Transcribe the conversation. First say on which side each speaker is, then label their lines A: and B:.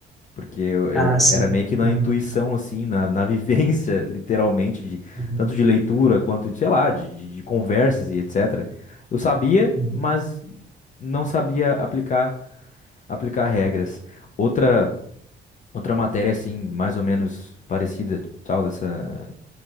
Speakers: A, on the left (about 40°); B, in the centre.
A: Porque eu, eu-
B: Ah, sim.
A: era meio que na
B: Uhum.
A: intuição, assim, na, na <laughs> vivência, literalmente, de,
B: Uhum.
A: tanto de leitura quanto, de, sei lá, de, de de conversas e etc. Eu sabia,
B: Uhum.
A: mas não sabia aplicar aplicar regras. Outra outra matéria assim, mais ou menos parecida, tal dessa,